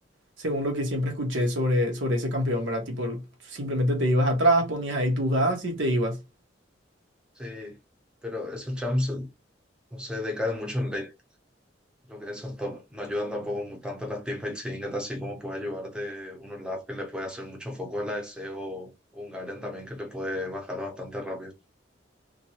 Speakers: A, on the right (about 80°); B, in the centre.
A: según lo que siempre escuché sobre, sobre ese campeón, ¿verdad? Tipo, simplemente te ibas atrás, ponías ahí tu gas y te ibas.
B: sí, pero esos champs, no sé, decaen mucho en late. Creo que esos top no ayudan tampoco mu- tanto en las teamfights singles, así como puede ayudarte un Olaf que le puede hacer mucho foco a la ADC o un Garen también que le puede bajar bastante rápido.